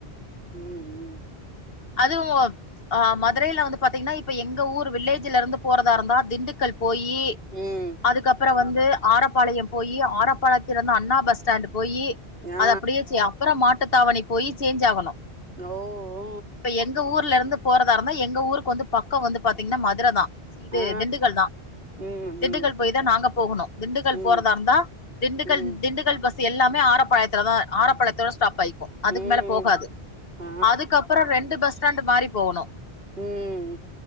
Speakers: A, on the right (about 60°); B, on the left (about 60°).
A: ம் ம்
B: அதுவு அ மதுரையில வந்து பாத்தீங்கன்னா இப்ப எங்க ஊரு வில்லேஜிலருந்து போறதா இருந்தா திண்டுக்கல் போயி
A: ம்
B: அதுக்கப்புற வந்து ஆரப்பாளையம் போயி ஆரப்பாளையத்திலர்ந்து அண்ணா பஸ் ஸ்டாண்டு போயி
A: ஆ
B: அது அப்படியே செ அப்புற மாட்டுத்தாவணி போயி சேஞ்ச் ஆகணு
A: ஓ ஓ
B: இப்ப எங்க ஊர்ல இருந்து போறதாருந்தா எங்க ஊருக்கு வந்து பக்கோ வந்து பாத்தீங்ன்னா மதுரதா சி இது
A: ஆ
B: திண்டுக்கல் தா
A: ம் ம்
B: திண்டுக்கல் போய் தா நாங்க போகணு திண்டுக்கல்
A: ம்
B: போறதா இருந்தா திண்டுக்கல்
A: ம்
B: திண்டுக்கல் பஸ் ஸு எல்லாமே ஆரப்பாளையத்துலதா ஆரப்பாளத்தோட ஸ்டாப் ஆ அதுக்கு
A: ம்
B: மேல போகாது
A: ஆ
B: அதுக்கப்றோ ரெண்டு பஸ் ஸ்டாண்டு மாரி போகணு
A: ம்